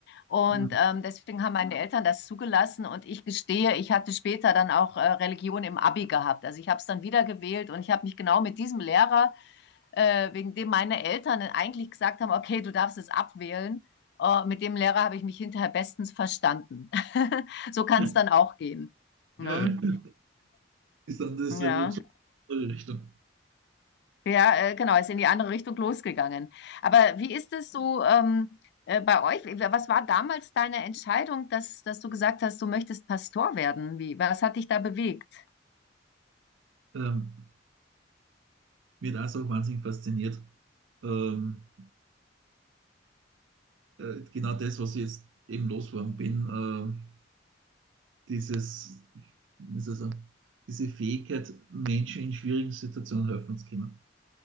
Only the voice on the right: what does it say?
Mhm.
<laughs>
Ja, ja. das ist dann das
revolutionäre Richtung.
Ähm, mir hat das auch so wahnsinnig fasziniert. Ähm, äh, genau das, was ich jetzt eben losgeworden bin, äh, dieses, wie soll ich diese Fähigkeit, Menschen in schwierigen Situationen helfen zu können.